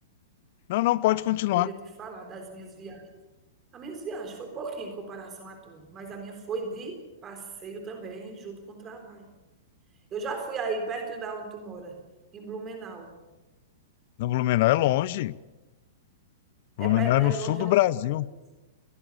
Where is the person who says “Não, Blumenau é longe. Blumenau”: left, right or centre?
Left